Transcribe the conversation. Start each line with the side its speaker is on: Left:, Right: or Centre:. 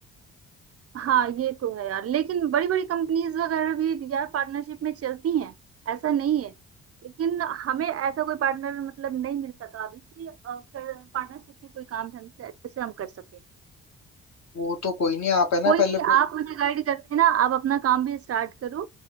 Right: हाँ ये तो है यार लेकिन बड़ी बड़ी कंपनीज वगैरह भी यार पार्टनरशिप में चलती हैं ऐसा नहीं है लेकिन हमें ऐसा कोई पार्टनर मतलब नहीं मिल सका अभी कि पार्टनरशिप में कोई काम ढंग से अच्छे से हम कर सके
Left: वो तो कोई नहीं आप है
Right: कोई
Left: ना
Right: नहीं
Left: पहले पु-
Right: आप मुझे गाइड कर देना आप अपना काम भी स्टार्ट करो